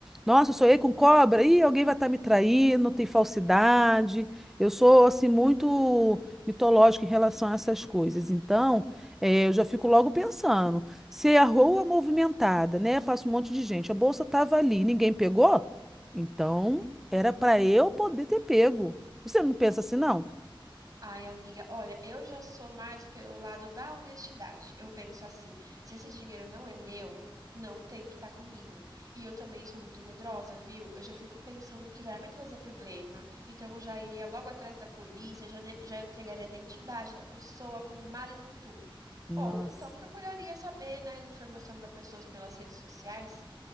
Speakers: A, in the centre; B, on the right.
A: Nossa, eu sonhei com cobra. Ih, alguém vai estar me traindo, tem falsidade. Eu sou assim muito mitológica em relação a essas coisas. Então, eh, eu já fico logo pensando. Se a rua movimentada, né? Passa um monte de gente. A bolsa estava ali, ninguém pegou? Então, era para eu poder ter pego. Você não pensa assim, não?
B: Ai, amiga, olha, eu já sou mais pelo lado da honestidade. Eu penso assim, se esse dinheiro não é meu, não tem que estar comigo. E eu também sou muito medrosa, viu? Eu já fico pensando que vai me trazer problema. Então eu já iria logo atrás da polícia, já, de- já entregaria a identidade da pessoa com mala e com tudo.
A: Nossa.
B: Ou então procuraria saber, né, a informação da pessoa pelas redes sociais.